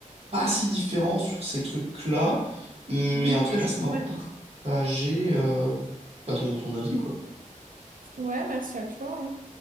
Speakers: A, on the right; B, on the right.
A: pas si différents sur ces trucs-là. Mais
B: Oui,
A: en tout cas, merci
B: je-
A: de m'avoir
B: ouais.
A: partagé euh, bah, ton, ton avis, quoi.
B: Ouais, merci à toi. hein.